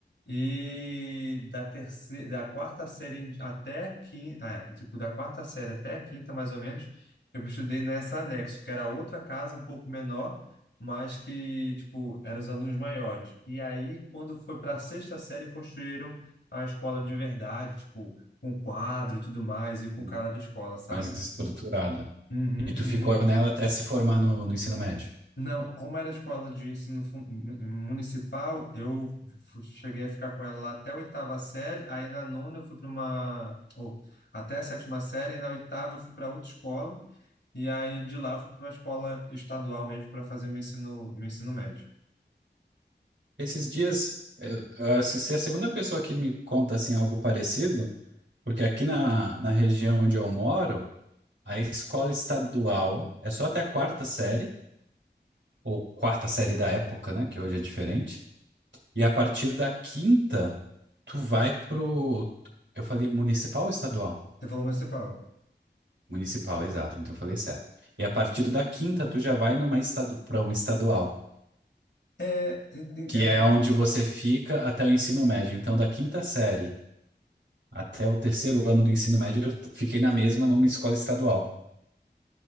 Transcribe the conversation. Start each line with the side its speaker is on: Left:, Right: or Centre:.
Left: E da terceira, da quarta série em- até a quinta, ah, é, tipo, da quarta série até a quinta, mais ou menos, eu estudei nessa anexo, que era outra casa um pouco menor, mas que, tipo, eram os alunos maiores. E aí, quando foi para a sexta série, construíram a escola de verdade, tipo, com quadro e tudo mais, e com
Right: Hum.
Left: cara de escola, sabe?
Right: Mais estruturada.
Left: Uhum,
Right: E tu
Left: uhum.
Right: ficou nela até se formar no, no ensino médio.
Left: Não, como era escola de ensino fun- municipal, eu fu- cheguei a ficar com ela lá até a oitava série, aí na nona eu fui para uma, ou até a sétima série, e na oitava eu fui para outra escola, e aí de lá eu fui para uma escola estadual mesmo para fazer meu ensino, meu ensino médio.
Right: Esses dias, eu, eu- se se é a segunda pessoa que me conta assim algo parecido, porque aqui na, na região onde eu moro, a escola estadual é só até a quarta série, ou quarta série da época, né, que hoje é diferente. E a partir da quinta, tu vai pro... Eu falei municipal ou estadual?
Left: Você falou municipal.
Right: Municipal, exato. Então eu falei certo. E a partir da quinta, tu já vai numa estadu... para uma estadual.
Left: É, enten-
Right: que
Left: é
Right: é
Left: porque
Right: onde você fica até o ensino médio. Então, da quinta série até o terceiro ano do ensino médio, eu t- fiquei na mesma numa escola estadual.